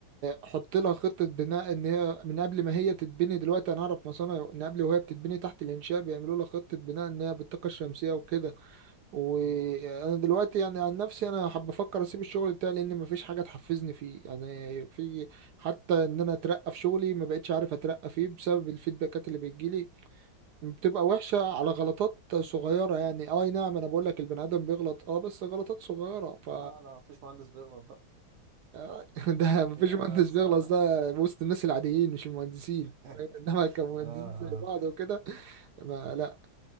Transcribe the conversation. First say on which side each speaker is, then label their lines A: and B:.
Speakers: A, on the right; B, on the right.
A: نحط لها خطه بناء ان هي من قبل ما هي تتبني دلوقتي انا اعرف مصانع من قبل وهي بتتبني تحت الانشاء بيعملوا لها خطه بناء ان هي بالطاقه الشمسيه وكده وانا
B: مم.
A: دلوقتي يعني عن نفسي انا حابب افكر اسيب الشغل بتاعي لان مفيش حاجه تحفزني فيه يعني في حتى ان انا اترقى في شغلي ما بقتش عارف اترقى فيه بسبب الفيدباكات اللي بتجيلي بتبقى وحشة على غلطات صغيرة يعني اه اي نعم انا بقول لك البني ادم بيغلط اه بس غلطات صغيرة ف
B: أنا مفيش مهندس بيغلط بقى
A: <laughs> ده مفيش
B: يا
A: مهندس
B: ناس
A: بيغلط
B: أنا
A: ده وسط الناس العاديين مش المهندسين
B: <laughs>
A: فاهم؟ انما كمهندسين
B: آه آه.
A: زي بعض وكده ما لا